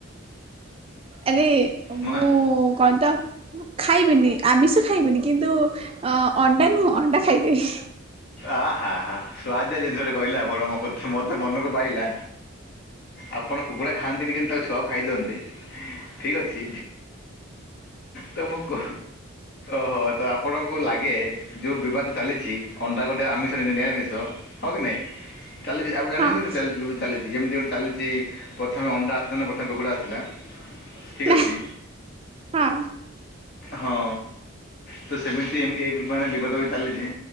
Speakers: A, on the right; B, on the left.
A: ଆରେ ମୁଁ
B: ମ-
A: କଣ ତ ମୁଁ ଖାଇବିନି ଆମିଷ ଖାଇବିନି। କିନ୍ତୁ ଅ ଅଣ୍ଡା ନୁହଁ ଅଣ୍ଡା ଖାଇଦେବି।
B: ଆ, ହା, ହା, ସୁଆଦିଆ ଜିନିଷଟେ କହିଲ। ଆପଣଙ୍କ କଥା ମତେ ମନକୁ ପାଇଲା। ଆପଣ କୁକୁଡ଼ା ଖାଆନ୍ତିନି କିନ୍ତୁ ତାଙ୍କ ଛୁଆକୁ ଖାଇ ଦିଅନ୍ତି। ଠିକ ଅଛି। ତମକୁ କ ଓହୋ। ତ ଆପଣଙ୍କୁ ଲାଗେ ଯେଉଁ ବିବାଦ ଚାଲିଛି ଅଣ୍ଡା ଗୋଟେ ଆମିଷନ ନିରାମିଷ ହଁ କି ନାଇଁ ଚାଲିଛି ଆଉ ଜାଣିଛନ୍ତି
A: ହଁ
B: କି ଚାଲିଛି ଚାଲିଛି ଯେମିତି ଗୋଟିେ ଚାଲିଛି। ପ୍ରଥମେ ଅଣ୍ଡା ଆସିଲା ନା ପ୍ରଥମେ କୁକୁଡ଼ା ଆସିଲା ଠିକ
A: ନା
B: ଅଛି।
A: ହଁ
B: ହଁ ତ ସେମିତି ଏ ମାନେ ବିବାଦ ବି ଚାଲିଛି